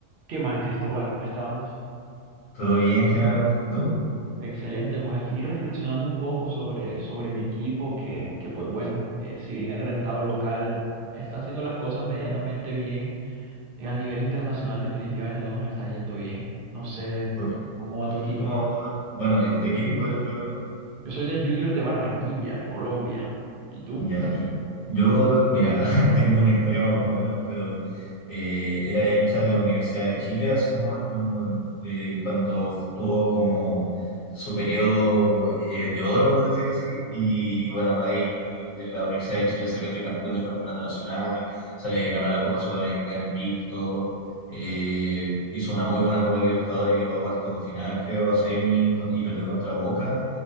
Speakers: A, on the right; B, on the left.
A: ¿Qué más, Cristóbal? ¿Cómo estamos?
B: Todo bien, Genaro. ¿Y tú?
A: Excelente, pues aquí reflexionando un poco sobre, sobre mi equipo, que, que pues bueno, eh, si bien el rentado local está haciendo las cosas medianamente bien, eh, a nivel internacional definitivamente no nos está yendo bien. No sé
B: ¿Por,
A: cómo va tu equipo.
B: cómo, bueno, ¿de qué equipo eres primero que
A: Yo soy del Junior de Barranquilla, de Colombia. ¿Y tú?
B: Ya, y yo, mira, <laughs> tengo una historia más o menos, pero eh, era hincha de la Universidad de Chile hace unos años, eh, cuando tuvo como su periodo eh, de oro, por decir así, y bueno, de ahí eh, la Universidad de Chile salió tricampeón del Campeonato Nacional, se ganó la Copa Sudamericana invicto, eh, hizo una muy buena Copa Libertadores, llegó a cuartos de final, creo, a semi con- y perdió contra Boca.